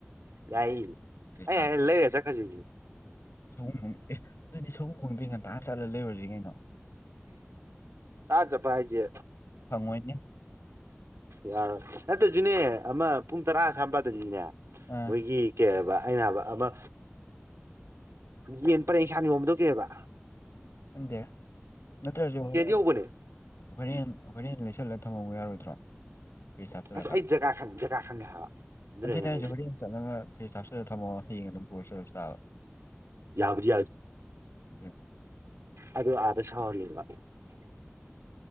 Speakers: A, on the right; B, on the left.
A: ꯌꯥꯏ
B: ꯐꯪꯉꯗꯤ ꯁꯒꯨꯝ ꯆꯥꯁꯦ
A: ꯑ ꯂꯔ ꯆꯈꯁꯤ
B: ꯁꯒꯣꯕ ꯑꯦ ꯑꯗꯨꯗꯤ ꯁꯒꯣꯝꯕꯪꯗꯤ ꯉꯟꯇꯥ ꯆꯠꯂ ꯂꯩꯔꯨꯁꯤ ꯀꯩꯅꯣ
A: ꯇꯥꯖ ꯄꯍꯤꯖꯦ
B: ꯐꯪꯉꯣꯏꯅꯦ
A: ꯌꯥꯔꯣꯏ ꯅꯠꯇ꯭ꯔꯁꯨꯅꯦ ꯑꯃ ꯄꯨꯡ ꯇꯔꯥ ꯁꯝꯄꯥꯗꯁꯤꯅꯦ
B: ꯑ
A: ꯃꯣꯏꯒꯤ ꯀꯦꯕ ꯑꯩꯅꯕ ꯑꯃ ꯌꯦꯟ ꯄꯔꯦꯡꯁꯥꯡ ꯌꯣꯝꯗꯧꯀꯦꯕ
B: ꯗꯦ ꯅꯠꯇ꯭ꯔꯁꯨ ꯍꯔ
A: ꯍꯧꯕꯅꯦ
B: ꯍꯔ ꯍꯔ ꯂꯩ ꯆꯠꯂ ꯊꯝꯃꯃ ꯌꯥꯔꯣꯏꯗ꯭ꯔꯣ ꯐ꯭ꯔꯤꯖ ꯍꯥꯞꯆꯤꯜꯂꯒ
A: ꯑꯁ ꯑꯩ ꯖꯒꯥ ꯈꯪꯉꯦ ꯖꯒꯥ ꯈꯪꯉꯦ ꯍꯥꯏꯕ ꯑꯗꯨꯅꯅꯦ
B: ꯑꯗꯨꯏ ꯅ ꯑꯩꯁꯦ
A: ꯍꯥꯏꯁꯦ
B: ꯋꯥꯔꯤ ꯑꯃ ꯆꯠꯂꯒ ꯐ꯭ꯔꯤꯖ ꯍꯥꯞꯆꯤꯜꯂꯒ ꯊꯃꯑꯣ ꯐꯤꯅ ꯄꯨꯁꯁꯕ
A: ꯌꯥꯕꯨꯗꯤ
B: ꯑꯗꯨ
A: ꯑꯗꯨꯗ ꯑ ꯁꯥꯎꯔꯂꯤꯜ꯭ꯔꯥ